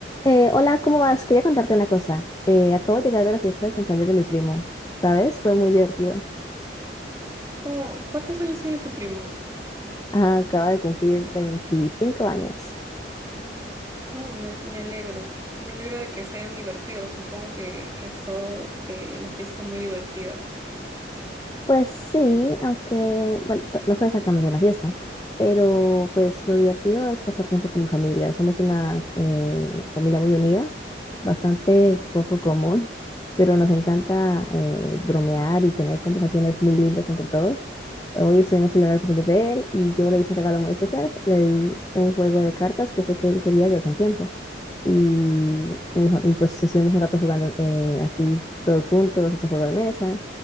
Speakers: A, on the left; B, on the right.
A: Eh, hola, ¿cómo vas? Quería contarte una cosa. Eh, acabo de llegar de la fiesta de cumpleaños de mi primo, ¿sabes? Fue muy divertido.
B: Oh, ¿cuántos años tiene tu primo?
A: Ah, acaba de cumplir 25 años.
B: Oh, me, me alegro. Me alegro de que se hayan divertido. Supongo que, que ha estado eh, la fiesta muy divertida.
A: Pues sí, aunque, bueno, t- no fue exactamente una fiesta, pero pues lo divertido es pasar tiempo con mi familia. Somos una eh, familia muy unida, bastante poco común, pero nos encanta eh, bromear y tener conversaciones muy lindas entre todos. Hoy estuvimos celebrando el cumpleaños de él y yo le hice un regalo muy especial. Le di un juego de cartas que sé que él quería desde hace un tiempo. Y, y mi fam- y, pues estuvimos un rato jugando eh, así todos juntos, ese juego de mesa.